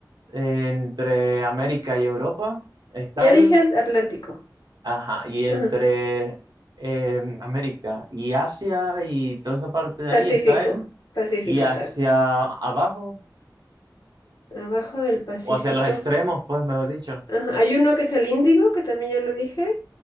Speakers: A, on the right; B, on the left.
A: entre América y Europa está
B: Ya
A: el,
B: dije At- Atlántico.
A: ajá, y entre
B: Ajá.
A: em, América y Asia y toda esa parte de
B: Pacífico,
A: ahí está el,
B: Pacífico,
A: y hacia
B: tal.
A: abajo,
B: Abajo del Pacífico.
A: o hacia los extremos, pues, mejor dicho.
B: Ajá, Hay uno que es el Índigo, que también ya lo dije.